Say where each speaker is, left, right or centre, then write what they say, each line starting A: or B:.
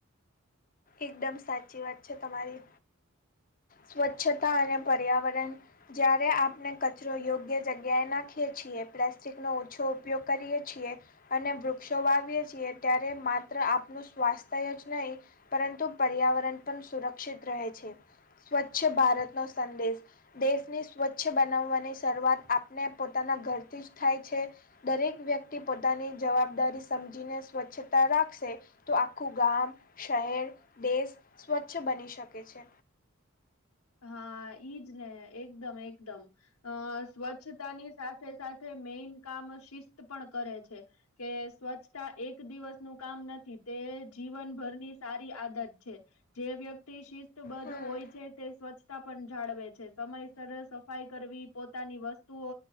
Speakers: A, on the left (about 40°); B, on the left (about 85°).
A: એકદમ સાચી વાત છે તમારી સ્વચ્છતા અને પર્યાવરણ જયારે આપણે કચરો યોગ્ય જગ્યાએ નાખીએ છીએ પ્લાસ્ટિકનોો ઓછો ઉપયોગ કરીએ છીએ અને વૃક્ષો વાવીએ છીએ ત્યારે માત્ર આપનું સ્વાસ્થ્ય જ નહીિ પરંતુ પર્યાવરણ પણ સુરક્ષિત રહે છે સ્વચ્છ ભારતનોો સંદેશ દેશને સ્વચ્છ બનાવવાની શરૂઆત આપને પોતાના ઘરથી જ થાય છે દરેક વ્યક્તિ પોતાની જવાબદારી સમજીને સ્વચ્છતા રાખશે તો આખું ગામ શહેર દેશ સ્વચ્છ બની શકે છે
B: હા ઈજ ને એકદમ એકદમ અ સ્વચ્છતા ની સાથે સાથે મેઈન કામ શિસ્ત પણ કરે છે કે સ્વચ્છતા એક દિવસનુંું કામ નથી તે જીવનભરની સારી આદત છે જે વ્યક્તિ શિસ્તબદ્ધ
A: હમ
B: હોય છે તે સ્વચ્છતા પણ જાળવે છે સમયસર સફાઈ કરવી પોતાની વસ્તુઓ